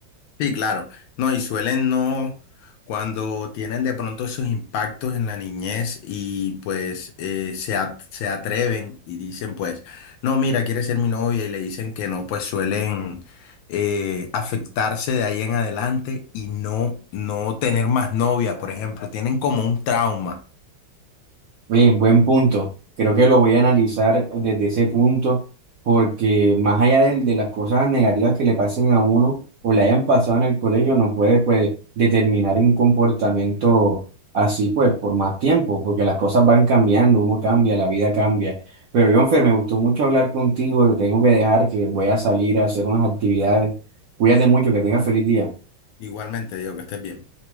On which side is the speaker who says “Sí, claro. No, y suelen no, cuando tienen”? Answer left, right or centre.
Left